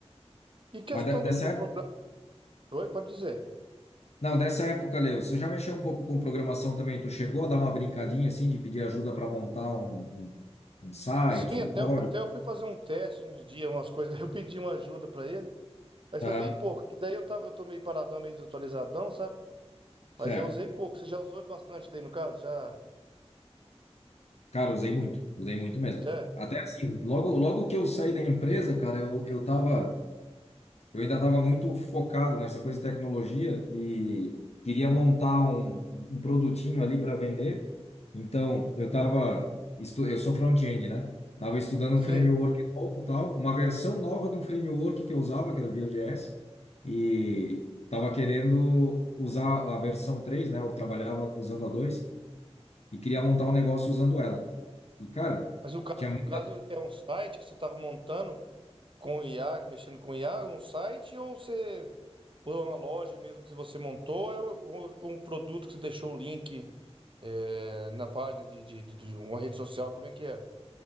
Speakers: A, on the right; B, on the left.
A: E questão
B: Mas de- dessa
A: do, do
B: época,
A: programa. Oi, pode dizer.
B: não, dessa época, Leo, você já mexeu um pouco com programação também? Tu chegou a dar uma brincadinha assim de pedir ajuda para montar um, um, um site,
A: Sim, até,
B: um código?
A: até eu fui fazer um teste uns dias, umas coisas. <laughs> Eu pedi uma ajuda pra ele, mas
B: Aham,
A: foi bem pouco. Que daí eu, tava, eu tô meio paradão, meio desatualizadão, sabe?
B: certo.
A: Mas eu usei pouco. Você já usou ele bastante daí no caso? Já?
B: Cara, usei muito, usei muito mesmo.
A: Já?
B: Até assim, logo, logo que eu saí da empresa, cara, eu, eu tava. eu ainda estava muito focado nessa coisa de tecnologia e queria montar um, um produtinho ali para vender. Então, eu estava, eu sou front-end, né? Estava estudando
A: Sim.
B: um framework novo, tal, uma versão nova de um framework que eu usava, que era o Vue.js, e estava querendo usar a versão 3, né? Eu trabalhava usando a 2 e queria montar um negócio usando ela. E, cara,
A: Mas o caso,
B: tinha muita
A: no caso, é um site que você tava montando com o IA, mexendo com o IA, um site ou você. Ou é uma loja mesmo que você montou, ou ou um produto que você deixou o link eh, na página de, de, de de uma rede social, como é que é